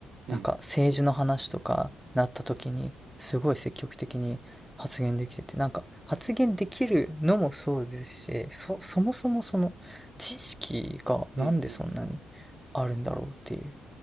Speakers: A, on the right; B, in the centre.
A: うん
B: なんか政治の話とかなった時に、すごい積極的に発言できてて、なんか発言できるのもそうですし、そ、そもそもその知識がなんでそんなに
A: うんうん。
B: あるんだろうっていう